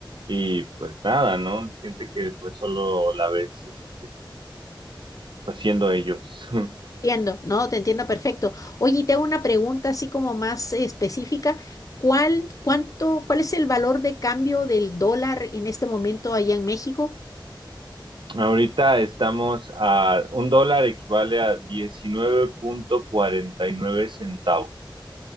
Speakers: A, on the right; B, on the left.
A: y pues nada, ¿no? Es gente que pues solo la ves es, pues siendo ellos. <laughs>
B: Entiendo, no, te entiendo perfecto. Oye, y te hago una pregunta así como más eh, específica. ¿Cuál, cuánto, cuál es el valor de cambio del dólar en este momento allá en México?
A: Ahorita estamos a un dólar equivale a diecinueve punto cuarenta y nueve centavos